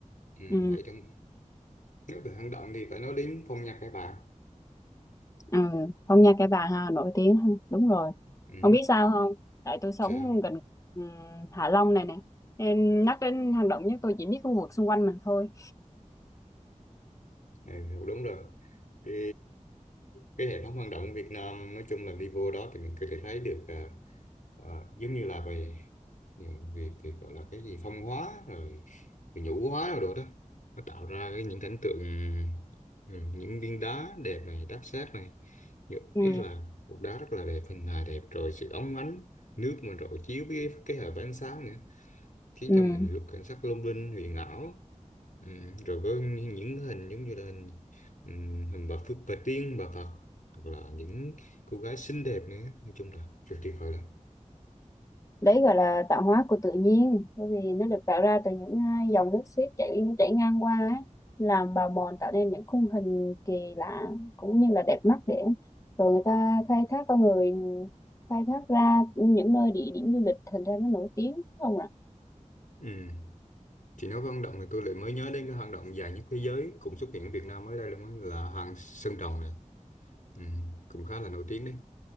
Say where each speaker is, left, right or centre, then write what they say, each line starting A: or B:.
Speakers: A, on the left (about 85°); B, on the left (about 25°).
A: ừ,
B: ừ
A: vậy thôi Nếu về hang động thì phải nói đến phong nhạc các bạn.
B: ừ Phong Nha Kẻ Bàng ha nổi tiếng ha. đúng rồi
A: Ừ,
B: ông biết sao không tại tôi sống
A: sao?
B: gần ừ, Hạ Long này nè nên nhắc đến hang động nhất tôi chỉ biết khu vực xung quanh mình thôi
A: Ừ, đúng rồi. Cái, cái hệ thống hang động của Việt Nam nói chung là đi vô đó thì mình có thể thấy được à, ờ, giống như là về những việc thì gọi là cái gì phong hóa rồi, rồi nhũ hóa rồi đồ đó. Nó tạo ra cái những cảnh tượng ừ, những viên đá đẹp này, đáp xác này. Nhất ý
B: ừ
A: là cục đá rất là đẹp, hình hài đẹp rồi sự óng ánh nước mà rọi chiếu với cái, cái hệ ánh sáng nữa khiến
B: ừ
A: cho mình rất cảnh sắc lung linh huyền ảo Ừm, rồi có những hình giống như là hình ừm, hình bà Phước bà Tiên bà Phật hoặc là những cô gái xinh đẹp nữa nói chung là rất tuyệt vời lắm
B: đấy gọi là tạo hóa của tự nhiên bởi vì nó được tạo ra từ những à, dòng nước xiết chảy chảy ngang qua ấy, làm bào mòn tạo nên những khung hình kỳ lạ cũng như là đẹp mắt để rồi người ta khai thác con người khai thác ra những nơi địa điểm du lịch thành ra nó nổi tiếng đúng không ạ
A: Ừm, Thì nói về hang động thì tôi lại mới nhớ đến cái hoạt động dài nhất thế giới cũng xuất hiện ở Việt Nam mới đây luôn á là hàng Sơn Đồng này Ừm, cũng khá là nổi tiếng đấy